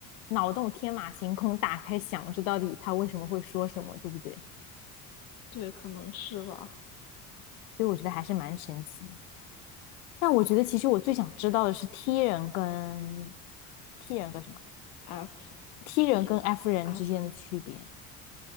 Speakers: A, on the left; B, on the left.
A: 脑洞天马行空，打开想这到底他为什么会说什么，对不对？
B: 对，可能是吧。
A: 所以我觉得还是蛮神奇。但我觉得其实我最想知道的是 T 人跟 T 人跟什么
B: F
A: T
B: P
A: 人跟 F 人之间的区别。
B: F